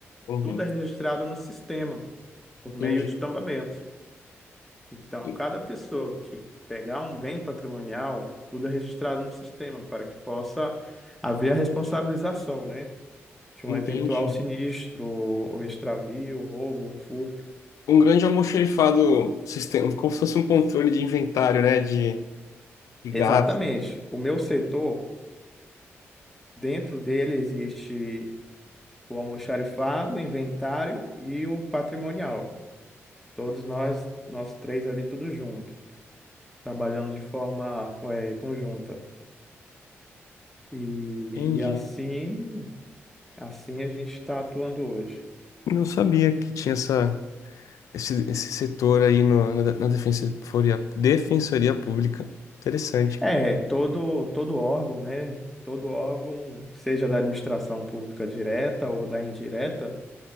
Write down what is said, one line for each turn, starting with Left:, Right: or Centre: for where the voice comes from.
Left: Uhum.
Centre: tudo é registrado no sistema, por
Left: Entendi.
Centre: meio de tombamento. Então,
Left: En-
Centre: cada pessoa que pegar um bem patrimonial, tudo é registrado no sistema para que possa haver a responsabilização, né? De um
Left: Entendi.
Centre: eventual sinistro, ou extravio, roubo, furto.
Left: Um grande almoxerifado sistema, como se fosse um controle de inventário, né, de, de
Centre: Exatamente.
Left: gato.
Centre: O meu setor, dentro dele existe o almoxarifado, o inventário e o patrimonial. Todos nós, nós três ali, tudo junto, trabalhando de forma, eh, conjunta. E,
Left: Entendi.
Centre: e assim, assim a gente está atuando hoje.
Left: Não sabia que tinha essa esse, esse setor aí no, na, na Defensoria, Defensoria Pública. Interessante,
Centre: É,
Left: cara.
Centre: todo, todo órgão, né? Todo órgão, seja da administração pública direta ou da indireta,